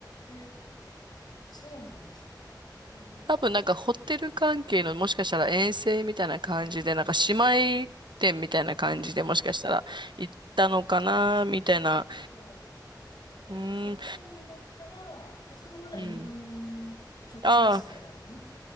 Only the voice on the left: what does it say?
え、そうなんですね。なるほど。
お、はい。
ああ、
なるほど。お、
ドバイだったら、あれ、その方は日本食レストラン